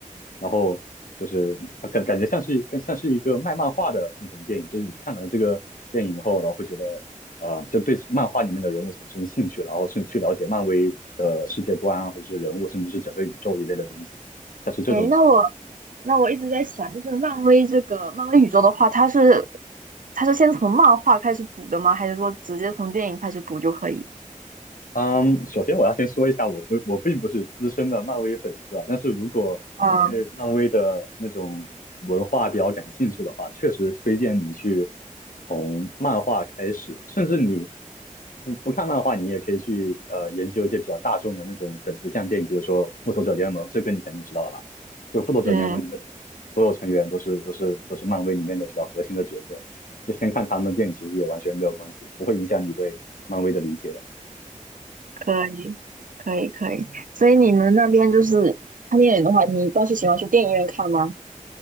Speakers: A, on the left (about 85°); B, on the right (about 75°).
A: 然后就是它感感觉像是更像是一个卖漫画的那种电影，就是你看了这个电影后，然后会觉得呃，就对漫画里面的人物产生兴趣，然后是去了解漫威的世界观啊，或者是人物，甚至是整个宇宙一类的东西，像是这种感觉。
B: 哎，那我那我一直在想，就是漫威这个漫威宇宙的话，它是它是先从漫画开始补的吗？还是说直接从电影开始补就可以？
A: 嗯，首先我要先说一下，我不我并不是资深的漫威粉丝啊，但是如果你对漫威的那种文化比较感兴趣的话，
B: 嗯
A: 确实推荐你去从漫画开始，甚至你你不看漫画，你也可以去呃研究一些比较大众的那种粉丝向电影，比如说《复仇者联盟》，这个你肯定知道了吧？就《复仇者联盟》里面所有成员都是都是都是漫威里面的比较核心的角色，
B: 嗯，
A: 就先看他们的电影其实也完全没有关系，不会影响你对漫威的理解的。
B: 可以。可以可以，所以你们那边就是看电影的话，你倒是喜欢去电影院看吗？